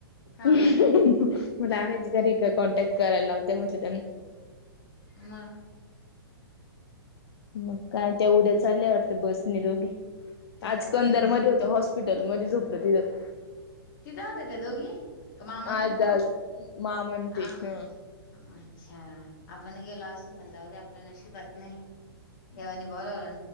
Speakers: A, on the left (about 50°); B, on the left (about 80°).
A: हा
B: म्हंजे
A: हा
B: आम्हींचं घरी कां कॉन्टॅक्ट करायलां लावते म्हंट त्यांना.
A: मं.
B: मंग कायं त्यां उद्या चालल्यां वाटतं बसने दोघी
A: त्या जातीलच
B: आंज कंदारमंध्यें होत हॉस. हॉस्पिटलं मध्यें झोपलं तिथं.
A: तिथे होते ते दोघी कां मामा
B: आज
A: च्यां तिकडं
B: आज मा म्हणते
A: आं
B: ह
A: अच्छा आपणं गेलो असतो पणं त्यां उद्यां आपल्या न शिबांत नाहीं. एवनी बोलावलं तं